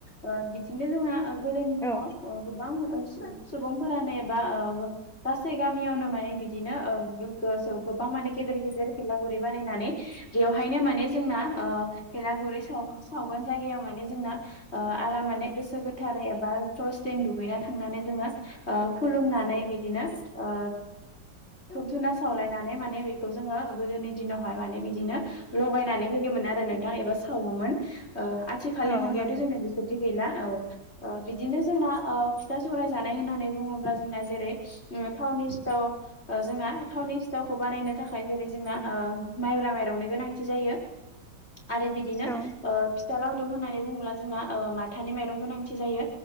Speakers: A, on the left; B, in the centre.
A: ओ बिदिनो जोंना ओ गोदोनि दिनाव
B: औ
A: ओ गोबां सुबुंफोरानो एबा ओ गासै गामियावनो माने बिदिनो ओ <unintelligible> गोबां माने गेदेर गेदेर बेलागुरै बानायनानै बेवहायनो माने जोंनाय ओ बेलागुरै साव गोन जायगायाव माने जोंना ओ आराम माने गोसो गो थारै एबा स्र स्रिं दुगैनानै थांनानै जोङो ओ खुलुमनानै बिदिनो ओ धुुबधुना सावलायनानै माने बेखौ जोङो गोदोनि दिनावहाय माने बिदिनो लगायनानै होयो मोन आरो नोंथां एबा सावोमोन। ओ आथिखालनि
B: औ
A: मुगायावाथ'
B: नंगौ
A: जोंना बिफोरबादि गैला औ ओ बिदिनो जोंना ओ फिथा सौराय जानाय होननानै बुङोब्ला जोंना जेरै उ थावनि सिथाव ओ जोंना थावनि सिथावखौ बानायनो थाखाय जेरै जोंना ओ माइब्रा माइरंनि गोनांथि जायो। आरो बिदिनो
B: औ
A: ओ फिथा लावदुम होननानै बुङोब्ला जोंना ओ माथानि माइरं गोनांथि जायो।